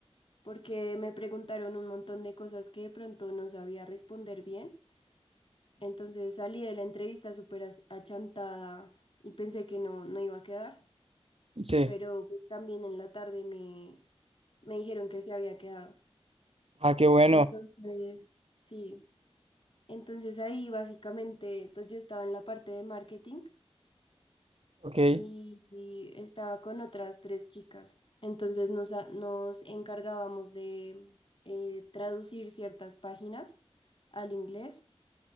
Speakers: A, on the left; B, on the right.
A: porque me preguntaron un montón de cosas que de pronto no sabía responder bien. Entonces salí de la entrevista súper as- achantada y pensé que no, no iba a quedar.
B: sí.
A: pero pues, también en la tarde me, me dijeron que se había quedado.
B: Ah, qué bueno.
A: Entonces, sí, entonces ahí básicamente, pues yo estaba en la parte de marketing
B: Ok.
A: y, y estaba con otras tres chicas. Entonces nos, a- nos encargábamos de eh, traducir ciertas páginas al inglés.